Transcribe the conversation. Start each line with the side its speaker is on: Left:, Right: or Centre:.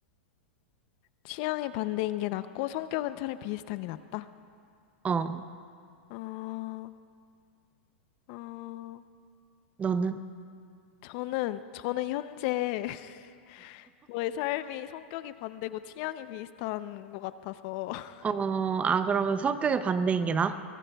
Left: 취향이 반대인 게 낫고 성격은 차라리 비슷한 게 낫다.
Right: 어.
Left: 어, 어,
Right: 너는?
Left: 저는 저는 현재 <laughs> 저의 삶이 성격이 반대고 취향이 비슷한 것 같아서 <laughs>
Right: 어, 아, 그러면 성격이 반대인 게 나?